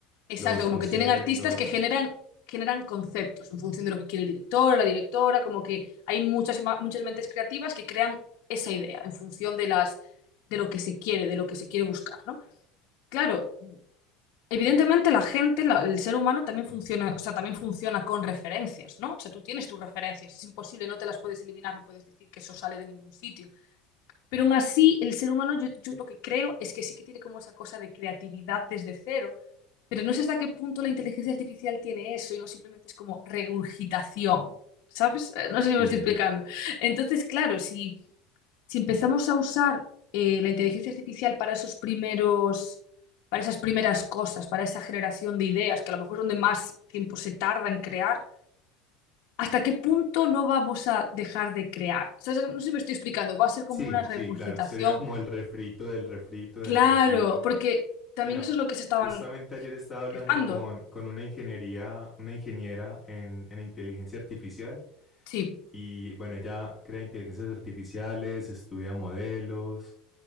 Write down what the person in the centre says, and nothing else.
los
conceptos.
Sí.
Sí,
sí, claro. Sería como el refrito del refrito del
refrito.
Mira,
ju-
justamente ayer estaba hablando
con, con una ingeniería, una ingeniera en, en inteligencia artificial
y bueno, ella crea inteligencias artificiales, estudia modelos